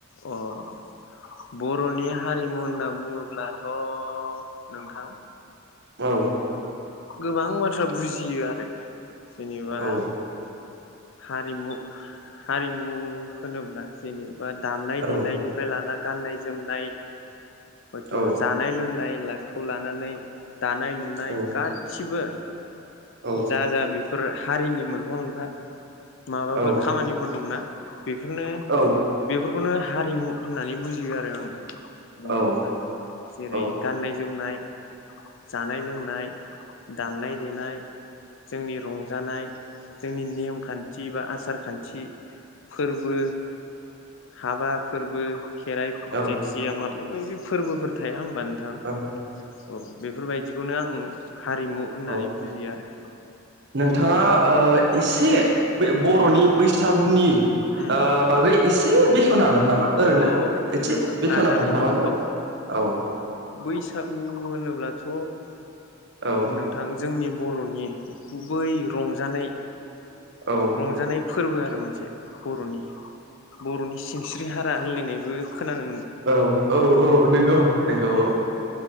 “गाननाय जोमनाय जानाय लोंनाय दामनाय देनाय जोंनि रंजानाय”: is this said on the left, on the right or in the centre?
Left